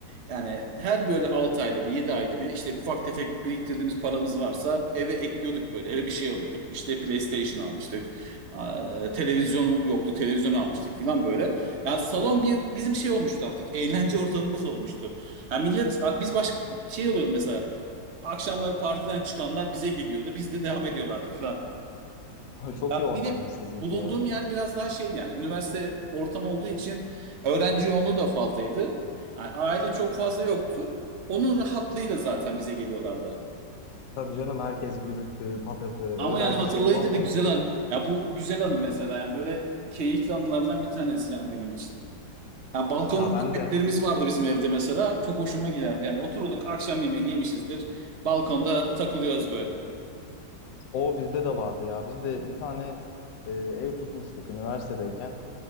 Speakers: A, on the right; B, on the left.
A: Yani her böyle 6 ayda bir 7 ayda bir işte ufak tefek biriktirdiğimiz paramız varsa eve ekliyorduk böyle eve bir şey alıyorduk. İşte PlayStation almıştık. Aa, televizyon yoktu televizyon almıştık falan böyle. Yani salon bir bizim şey olmuştu artık eğlence ortamımız olmuştu. Yani millet biz başka şey oluyordu mesela akşamlar partiden çıkanlar bize geliyordu biz de devam ediyorlardı falan.
B: Ay, Çok
A: Ya
B: iyi ortam
A: bir de
B: sizinki
A: bulunduğum
B: ya.
A: yer biraz daha şeydi yani üniversite ortamı olduğu için öğrenci yoğunluğu da fazlaydı. Yani aile çok fazla yoktu. Onun rahatlığıyla zaten bize geliyorlardı.
B: Tabii canım herkes gürültü, patırtı, öğrenci
A: Ama yani hatırlayınca
B: şeyi bambaşka
A: da güzel
B: oluyor.
A: an ya bu güzel anı mesela yani böyle keyifli anılardan bir tanesi yani benim için. Ya balkon
B: Ya
A: muhabbetlerimiz
B: ben de
A: vardı bizim evde mesela. Çok hoşuma giderdi. Yani oturduk akşam yemeğini yemişizdir. Balkonda takılıyoruz böyle.
B: o bizde de vardı ya. Biz de bir tane e, ev tutmuştuk üniversitedeyken.